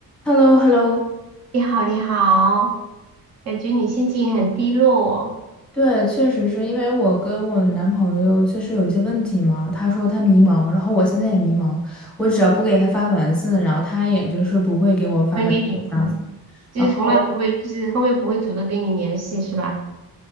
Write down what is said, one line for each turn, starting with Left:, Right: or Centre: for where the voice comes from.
Centre: h e l l o h e l l o
Right: 你好，你好，感觉你心情很低落，
Centre: 对，确实是因为我跟我男朋友确实有一些问题嘛。他说他迷茫，然后我现在也迷茫。我只要不给他发短信，然后他也就是不会给我发短信这样子。
Right: 不会跟你，嗯，就是从来不会，
Centre: 然后，
Right: 就是后面不会主动跟你联系，是吧？